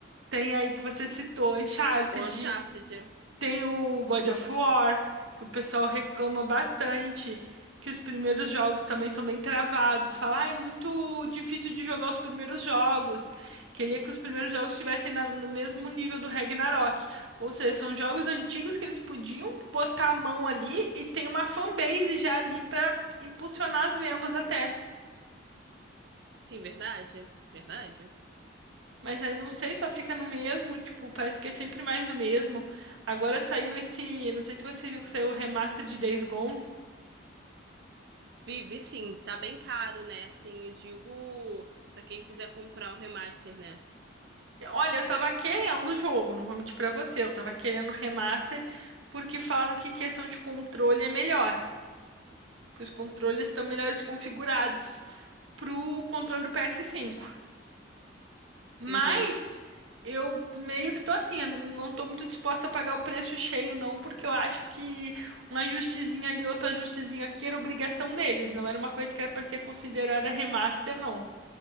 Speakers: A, on the right; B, on the right.
A: Tem aí que você citou, Uncharted.
B: O Uncharted.
A: Tem o God of War, que o pessoal reclama bastante, que os primeiros jogos também são bem travados. Fala, ah, é muito difícil de jogar os primeiros jogos. Queria que os primeiros jogos estivessem na- no mesmo nível do Ragnarok. Ou seja, são jogos antigos que eles podiam botar a mão ali e tem uma fanbase já ali pra impulsionar as vendas até.
B: Sim, verdade. Verdade.
A: Mas aí não sei, só fica no mesmo, tipo, parece que é sempre mais do mesmo. Agora saiu esse, não sei se você viu que saiu o remaster de Days Gone.
B: Vive sim, tá bem caro, né? Assim, eu digo pra quem quiser comprar o remaster, né?
A: Olha, eu tava querendo o jogo, não vou mentir pra você. Eu tava querendo o remaster porque falam que questão de controle é melhor. Que os controles estão melhores configurados pro controle do PS5. Mas
B: Uhum.
A: eu meio que tô assim, eu não tô muito disposta a pagar o preço cheio, não, porque eu acho que um ajustezinho ali, outro ajustezinho aqui era obrigação deles. Não era uma coisa que era pra ser considerada remaster, não.